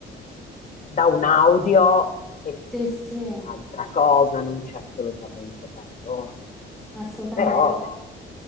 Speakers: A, on the left; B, in the centre.
A: da un audio è
B: sì, sì,
A: un'altra cosa, non c'è assolutamente paragone.
B: assolutamente.
A: Però